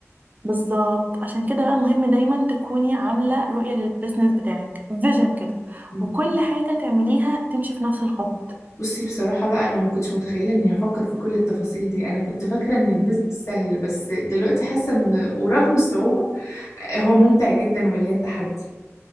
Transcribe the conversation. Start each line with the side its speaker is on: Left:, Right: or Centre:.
Right: بالظبط عشان كده بقى مهم دايما تكوني عاملة رؤية للبيزنس بتاعك فيجن كده
Left: م،
Right: وكل حاجة تعمليها تمشي في نفس الخط
Left: بصي بصراحة بقى أنا ما كنتش متخيلة إني هفكر في كل التفاصيل دي أنا كنت فاكرة إن البيزنس سهل بس دلوقتي حاسة إن ورغم الصعوبة هو ممتع جدا ومليان تحدي